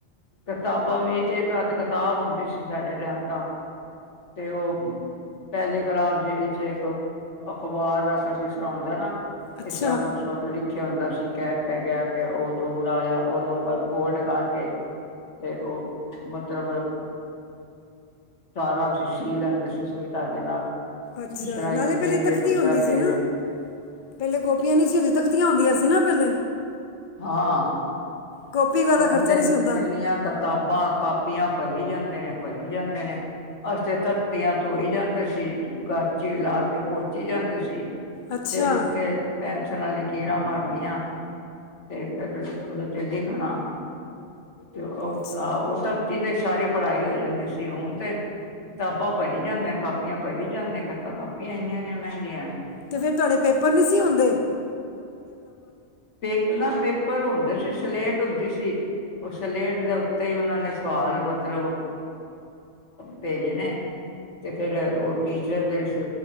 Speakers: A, on the left; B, on the left.
A: ਕਿਤਾਬਾਂ ਵੀ ਇਕ ਹੱਥ ਕਿਤਾਬ ਹੁੰਦੀ ਸੀ ਸਾਡੇ ਟਾਈਮ ਤਾਂ ਤੇ ਉਹ ਪਹਿਲੇ ਕਲਾਸ ਦੇ ਵਿੱਚ ਇੱਕ ਅਖਬਾਰ ਦਾ ਕੰਜੂਸਰ ਆਉਂਦਾ ਨਾ
B: ਅੱਛਾ
A: ਇਸਰ ਅਮਦ ਸਲੀ ਖਿਆ ਹੁੰਦਾ ਸੀ ਕਹਿ ਕਹਿ ਗਿਆ ਤੇ ਉਹ ਦੂਰਾ ਆਇਆ ਉਹਨੂੰ ਫੋਲਡ ਕਰਕੇ ਤੇ ਉਹ ਮਤਲਬ ਸਾਰਾ ਸੀ ਲੈਂਦੇ ਸੀ ਸੂਈ ਧਾਗੇ ਨਾਲ
B: ਅੱਛਾ
A: ਜਿਸ ਤਰ੍ਹਾਂ
B: ਨਾਲੇ
A: ਇੱਕ
B: ਪਹਿਲੇ
A: ਪੇਜ ਏ
B: ਤਖਤੀ
A: ਦੂਸਰਾ
B: ਹੁੰਦੀ ਸੀ
A: ਪੇਜ
B: ਨਾ
A: ਏ
B: ਪਹਿਲੇ ਕੋਪੀਆਂ ਨਹੀਂ ਸੀ ਹੁੰਦੀ ਤਖਤੀਆਂ ਹੁੰਦੀਆਂ ਸੀ ਨਾ ਪਹਿਲੇ
A: ਹਾਂ।
B: ਕਾਪੀ ਦਾ ਤਾਂ
A: ਹੁਣ
B: ਖਰਚਾ
A: ਤੇ
B: ਨਹੀਂ ਸੀ ਹੁੰਦਾ
A: ਕਿੰਨੀਆਂ ਕਿਤਾਬਾਂ ਕਾਪ ਧਤੀਆਂ ਭਰੀ ਜਾਂਦੇ ਨੇ, ਭਰੀ ਜਾਂਦੇ ਨੇ, ਅਸੀ ਤੇ ਤਖਤੀਆਂ ਧੋਈ ਜਾਂਦੇ ਸੀ, ਗਾਚੀ ਲਾ ਕੇ ਪੋਚੀ ਜਾਂਦੇ ਸੀ।
B: ਅੱਛਾ
A: ਫਿਰ ਉੱਤੇ ਪੈਨਸਲ ਨਾਂਲ ਲਕੀਰਾਂ ਮਾਰਨੀਆਂ ਤੇ ਫਿਰ ਉਦੇ ਤੇ ਲਿਖਣਾ। ਅਤੇ ਉਹ
B: ਅੱਛਾ
A: ਤਾਂ ਕਿਥੇ ਤੇ ਸਾਰੀ ਪੜ੍ਹਾਈ ਹੋ ਜਾਂਦੀ ਸੀ, ਹੁਣ ਤੇ ਕਿਤਾਬਾਂ ਭਰੀ ਜਾਂਦੇਆਂ ਨੇ ਕਾਪੀਆਂ ਭਰੀ ਜਾਂਦੇਆਂ ਇੱਕ ਤਾਂ ਕਾਪੀਆਂ ਇੰਨੀਆਂ ਇੰਨੀਆਂ ਮਹਿੰਗੀਆਂ।
B: ਤੇ ਫਿਰ ਤੁਹਾਡੇ ਪੇਪਰ ਨਹੀਂ ਸੀ ਹੁਂਦੇ।
A: ਪੇ ਨਾ ਪੇਪਰ ਹੁੰਦੇ ਸੀ, ਸਲੇਟ ਹੁੰਦੀ ਸੀ। ਉਹ ਸਲੇਟ ਦੇ ਉੱਤੇ ਈ, ਉਹਨਾਂ ਨੇ ਸਵਾਲ ਮਤਲਬ ਭੇਜਣੇ ਤੇ ਫੇਰ ਉਹ ਟੀਚਰ ਜਿਹੜੇ ਸੀ,